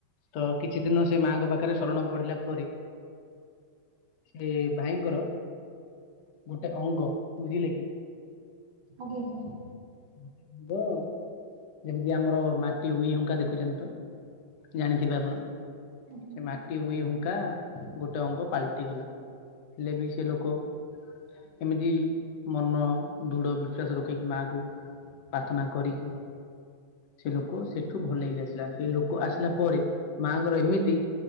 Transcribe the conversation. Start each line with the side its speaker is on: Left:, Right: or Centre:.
Left: ତ କିଛି ଦିନ ସେ ମାଆଙ୍କ ପାଖରେ ଶରଣ ପଡିଲା ପରେ ସେ ଭାଇଙ୍କର ଗୋଟେ ଅଙ୍ଗ, ବୁଝିଲେ କି?
Right: ଆଜ୍ଞା ସାର୍।
Left: <inaudible> ଯେମିତି ଆମର ମାଟି ଉଇ ହୁଙ୍କା ଦେଖୁଛନ୍ତି ତ। ଜାଣିଥିବେ ଆପଣ,
Right: ଆଜ୍ଞା।
Left: ସେ ମାଟି ଉଇ ହୁଙ୍କା ଗୋଟ୍ ଗୋଟେ ଅଙ୍ଗ ପାଲଟି ଗଲା। ହେଲେ ବି ସେ ଲୋକ ଏମିତି ମନ ଦୃଢ ବିଶ୍ଵାସ ରଖିକି ମାଆକୁ ପାର୍ଥନା କରିକି ସେ ଲୋକ ସେଠୁ ଭଲ ହେଇକିରି ଆସିଲା ହେରି। ସେ ଲୋକ ଆସିଲା ପରେ, ମାଆଙ୍କର ଏମିତି